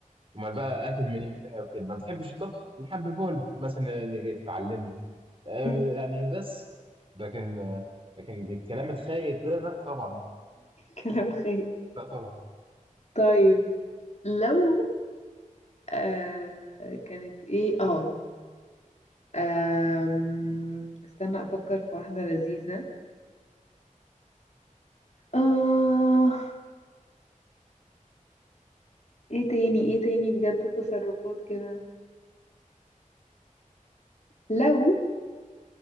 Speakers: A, on the right; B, on the left.
A: امال بقى اكل من منها وكده ما بتحبش الطبخ نحببه لها مثلا نيجي تتعلمه آه،
B: <laughs>
A: يعني بس لكن آه، لكن الكلام الخايب ده لا طبعا
B: كلام خير
A: لا طبعا
B: طيب لو آه كانت ايه اه آم، استنى افكر في واحدة لذيذة آه ايه تاني ايه تاني بجد تصرفات كده لو